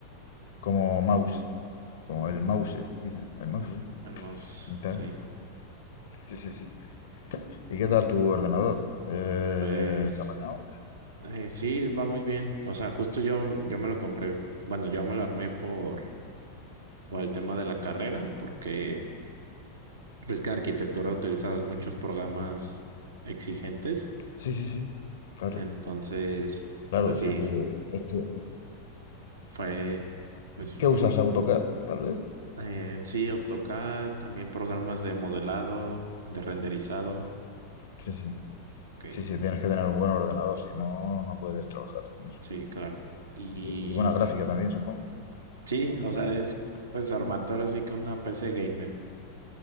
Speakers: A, on the left; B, on the right.
A: como mouse, como el mouse, dicen, el mouse
B: Ok,
A: ¿eh?
B: El mouse,
A: y tal.
B: sí.
A: Sí, sí, sí. ¿Y qué tal tu ordenador? Eh,
B: Pues
A: ¿se ha apañado?
B: eh, sí, va muy bien. O sea, justo yo, yo me lo compré, bueno, yo me lo armé por por el tema de la carrera, porque ves que arquitectura utilizas muchos programas exigentes,
A: Sí, sí, sí, claro.
B: entonces,
A: Claro,
B: pues
A: sí
B: sí,
A: esto, esto-
B: fue, pues
A: ¿Qué usas AutoCAD, tal vez?
B: eh, sí, AutoCAD, también programas de modelado, de renderizado,
A: Sí, sí.
B: ok,
A: Sí, sí, tienes que tener un buen ordenador, si no, no puedes trabajar con eso.
B: sí, claro. Y
A: Y, y buena gráfica también, supongo.
B: sí, o sea, es pues armarte ahora sí que una PC gamer.